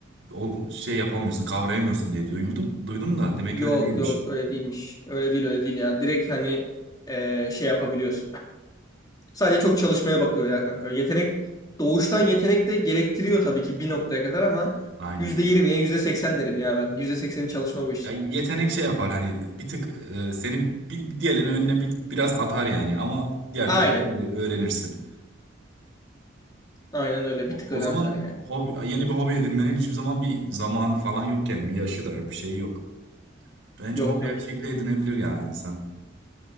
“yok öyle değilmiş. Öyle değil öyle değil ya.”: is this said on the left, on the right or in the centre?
Left